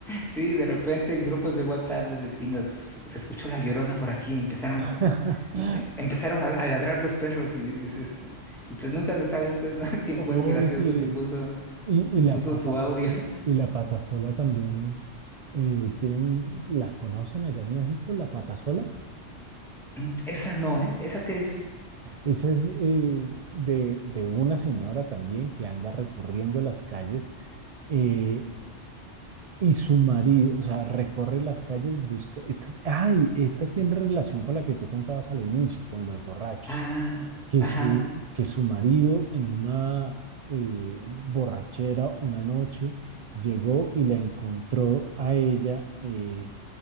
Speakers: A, in the centre; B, on the right.
A: sí, de repente grupos de WhatsApp de vecinos, se escuchó la llorona por aquí, empezaron,
B: <laughs>
A: eh, em- empezaron a, a ladrar los perros y, y se est- y pues nunca se sabe pues, ¿no? <laughs> quién
B: Oye,
A: fue el gracioso que puso,
B: Y,
A: que
B: y la
A: puso
B: pata
A: su audio.
B: sola,
A: <laughs>
B: y la pata sola también eh, tienen, las conocen allá en México, la pata sola.
A: Mm, Esa no, ¿eh? ¿Esa qué es?
B: Esa es eh, de, de una señora también que anda recorriendo las calles eh, y su marido, o sea, recorre las calles, busca. Esta, es- ay, esta tiene relación con la que tú contabas al inicio, con los borrachos.
A: Ah,
B: que
A: ajá.
B: su, que su marido en una eh, borrachera una noche llegó y la encontró a ella eh,